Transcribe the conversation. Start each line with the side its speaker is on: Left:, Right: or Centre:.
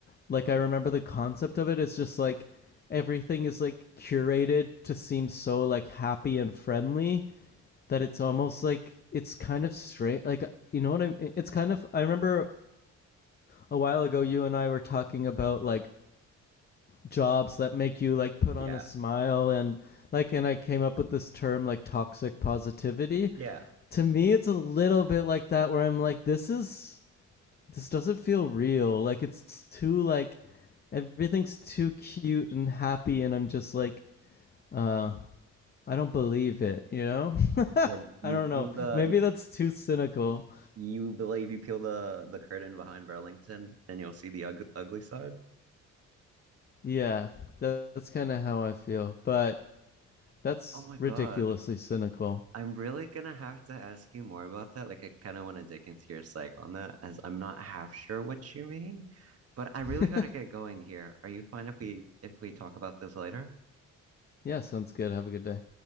Left: like I remember the concept of it is just like everything is like curated to seem so like happy and friendly that it's almost like it's kind of straight. Like you know what I mean? It's kind of. I remember a while ago you and I were talking about like jobs that make you like put
Right: Yeah.
Left: on a smile and like and I came up with this term like toxic positivity.
Right: Yeah.
Left: To me it's a little bit like that where I'm like this is this doesn't feel real. Like it's too like everything's too cute and happy and I'm just like uh I don't believe it, you know? <laughs>
Right: Well, you
Left: I don't
Right: peel
Left: know.
Right: the
Left: Maybe
Right: you,
Left: that's too cynical.
Right: you believe you peel the the curtain behind Burlington and you'll see the ug ugly side.
Left: Yeah, that, that's kind of how I feel, but that's
Right: Oh my God.
Left: ridiculously cynical.
Right: I'm really gonna have to ask you more about that. Like I kind of want to dig into your psych on that as I'm not half sure what you mean, but
Left: <laughs>
Right: I really gotta get going here. Are you fine if we if we talk about this later?
Left: yeah, sounds good. Have a good day.